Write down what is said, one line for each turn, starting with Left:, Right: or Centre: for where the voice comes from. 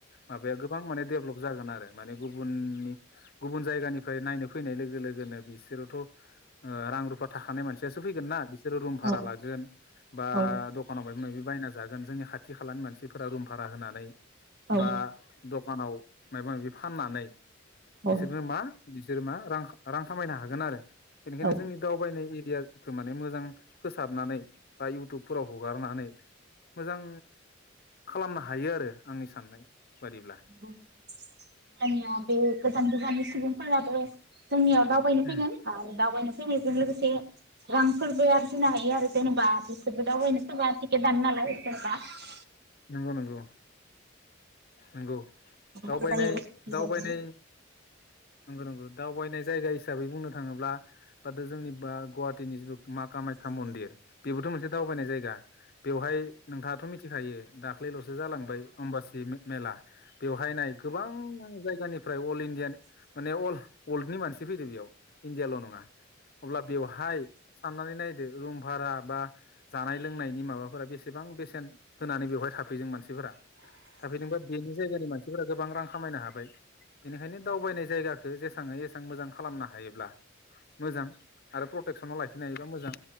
Left: माबाया गोबां माने डेभलप जागोन आरो माने गुबुननि गुबुन जायगानि ओमफ्राय नायनो फैनाय लोगो लोगोनो बिसोरोथ' ओ रां-रुफा थाखानाय मानसियासो फैगोन ना बिसोरो रुम भारा
Right: औ
Left: लागोन। बा
Right: औ
Left: द दखानाव मायबा मायबि बायना जागोन जोंनि खाथि खालानि मानसिफोरा रुम भारा होनानै।
Right: औ
Left: बा द'खानाव माबा माबि फाननानै
Right: औ
Left: बिसोरनो मा बिसोरो मा रां खा रां खामायनो हागोन आरो। बेनिखायनो
Right: औ
Left: जोंनि दावबायनाय एरिया -खौ माने मोजां फोसाबनानै बा इउटुबफोराव हगारनानै मोजां खालामनो हायो आरो आंनि साननाय बादिब्ला।
Right: अ होमबानिया बे गोजान गोजाननि सुबुंफोराबो जोंनियाव दाव बायनो
Left: उम
Right: फैगोन आरो दावबायनो फैनायजों लोगोसे रांफोरबो आरजिनो हायो आरो जेनेबा <unintelligible> दावबायनो फैब्ला टिकेट दानो नालाय <unintelligible>
Left: नोंगौ नोंगौ नोंगौ। दावबायनाय
Right: जायो बेबायदिनो
Left: दावबायनाय नंगौ नंगौ। दावबायनाय जायगा हिसाबै बुंनो थाङोब्ला बाथो जोंनि बा गुवाहाटिनि जिथु मा कामाख्या मन्दिर बेबोथ' मोनसे दावबायनाय जायगा। बेवहाय नोंथाङाथ' मिथिखायो दाख्लैल'सो जालांबाय अम्बासि मे मेला बेवहाय नाय गोबां जायगानिफ्राय अल इण्डियानि माने अल वर्ल्डनि मानसि फैदो बेयाव इण्डियाल' नङा। अब्ला बेवहाय साननानै नायदो रुम भारा बा जानाय लोंनायनि माबाफोरा बेसेबां बेसेन होनानै बेवहाय थाफैदों मानसिफोरा थाफैदोंबा बेनि जायगानि मानसिफोरा गोबां रां खामायनो हाबाय बेनिखायनो दावबायनाय जायगाखौ जेसां हायो एसां मोजां खालामनो हायोब्ला मोजां। आरो प्रटेकसनाव लाखिनो हायोबा मोजां।